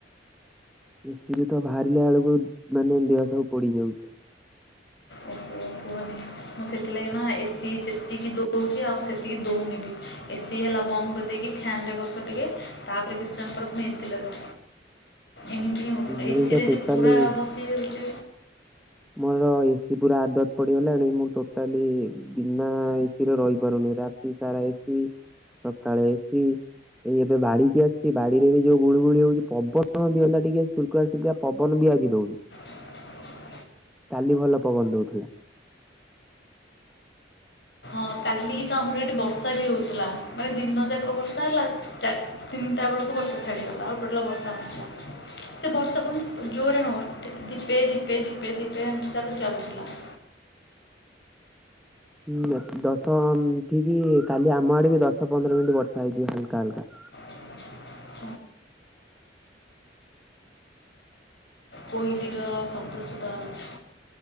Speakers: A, in the centre; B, on the left (about 65°).
A: ଏସିରୁ ତ ବାହାରିଲା ବେଳକୁ ମାନେ ଦେହ ସବୁ ପଡି ଯାଉଚି।
B: ଓହୋ କୁହନି ମୁଁ ସେଥିଲାଗି ନା ଏସି ଯେତିକି ଦଉ ସେତିକି ଦଉଚି ଆଉ ସେତିକି ଦଉନି ବିଲ ଏସି ହେଲା ବନ୍ଦ୍ କରିଦେଇକି ଫେନରେ ବସ ଟିକେ ତାପରେ କିଛି ସମୟ ପରେ ଥମେ ଏସି ଲଗ ଏମିତି ହଉଚି, ଏସି
A: ମୁଁ ତ
B: ରେ
A: ଟୋଟାଲି
B: ପୁରା ବସି ଯାଉଚି
A: ମୋର ଏସି ପୁରା ଆଦତ ପଡିଗଲାଣି, ମୁଁ ଟୋଟାଲି ବିନା ଏସିରେ ରହି ପାରୁନି। ରାତି ସାରା ଏସି ସକାଳେ ଏସି ଏଇ ଏବେ ବାଡି କି ଆସିଚି, ବାଡିରେ ବି ଯୋଉ ଗୁଳଗୁଳି ହଉଚି, ପବନ ଦିଅନ୍ତା ଟିକେ ସୁଲକାସୁଲକା ପବନ ବି ଆଜି ଦଉନି।
B: <inaudible>
A: କାଲି ଭଲ ପବନ ଦଉଥିଲା।
B: ହଁ କାଲି ତ ଆମର ଏଠି ବର୍ଷା ବି ହଉଥିଲା, ମାନେ ଦିନ ଯାକ ବର୍ଷା ହେଲା। ଚାରି ତିନିଟା ବେଳକୁ ବର୍ଷା ଛାଡିଗଲା ଆଉ ଟୋଟାଲି ବ ବର୍ଷା ହେଇନଥିଲା। ସେ ବର୍ଷା ପୁଣି ଜୋରରେ ହଉନି ଟିକ ଧୀପେ ଧୀପେ ଧୀପେ ଧୀପେ ଏଞ୍ଚ ପାଖରେ ଚାଲିଥିଲା। <inaudible>
A: ହୁଁ ଦଶ ଏଠିକି କାଲି ଆମ ଆଡେ ବି ଦଶ ପନ୍ଦର ମିନିଟ ବର୍ଷା ହେଇଯିବା ହାଲକା ହାଲକା।
B: <inaudible> କୋଇଲିର ଶବ୍ଦ ସୁଭାଉଛି।